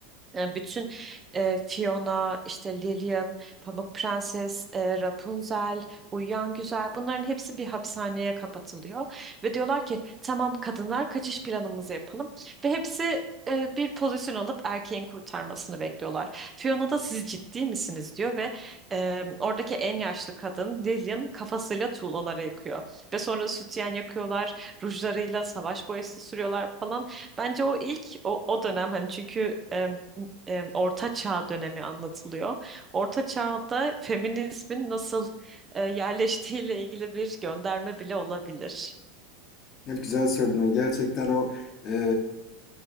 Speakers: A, on the right; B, on the left.
A: Yani bütün e, Fiona, işte Lillian, Pamuk Prenses, e, Rapunzel, Uyuyan Güzel bunların hepsi bir hapishaneye kapatılıyor. Ve diyorlar ki tamam kadınlar kaçış planımızı yapalım. Ve hepsi e, bir pozisyon alıp erkeğin kurtarmasını bekliyorlar. Fiona da siz ciddi misiniz diyor ve e, oradaki en yaşlı kadın Lillian kafasıyla tuğlaları yakıyor. Ve sonra sütyen yakıyorlar, rujlarıyla savaş boyası sürüyorlar falan. Bence o ilk o, o dönem hani çünkü e, e, Orta Çağ dönemi anlatılıyor. Orta Çağ'da feminizmin nasıl e, yerleştiğiyle ilgili bir gönderme bile olabilir.
B: Evet, güzel söyledin. Gerçekten o e,